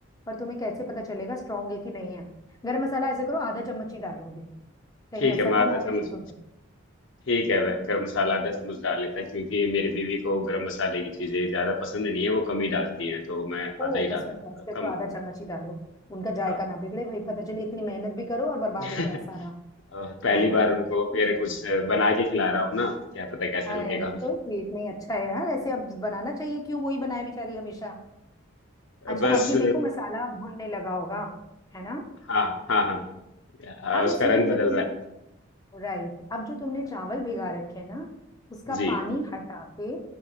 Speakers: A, on the left; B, on the left.
A: पर तुम्हें कैसे पता चलेगा स्ट्रांग है कि नहीं है गरम मसाला ऐसे करो आधा चम्मच ही डालो अभी कहीं
B: ठीक
A: ऐसा
B: है
A: ना
B: मैं आधा
A: हो बहुत
B: चम्मच
A: तेज हो जाए
B: ठीक है वै- गरम मसाला आधा चम्मच डाल लेता है क्योंकि मेरी बीवी को गरम मसाले की चीजें ज्यादा पसंद नहीं है वो कम ही डालती हैं तो मैं आधा
A: ओ
B: ही
A: बस
B: डाल देता
A: बस बस
B: हूँ,
A: फिर
B: कम
A: तो आधा चम्मच ही डालो उनका जायका
B: हाँ
A: ना बिगड़े भाई पता चले इतनी मेहनत भी करो और बर्बाद
B: <laughs>
A: हो जाए सारा
B: और पहली
A: है ना
B: बार उनको
A: तो
B: फिर
A: ठीक
B: कुछ
A: है
B: बना के खिला रहा हूँ ना क्या पता कैसा
A: हाय
B: लगेगा
A: तो स्वीट नहीं अच्छा है यार ऐसे अब बनाना चाहिए क्यों वही बनाए बेचारी हमेशा अच्छा
B: बस
A: अब ये देखो मसाला भुनने लगा होगा है ना
B: हाँ हाँ हाँ हाँ हाँ,
A: अब
B: उसका
A: इसमें
B: रंग
A: जो
B: बदल
A: तुमने
B: रहा है
A: राइट अब जो तुमने चावल
B: हाँ,
A: भिगा रखे हैं ना उसका
B: जी
A: पानी हटा के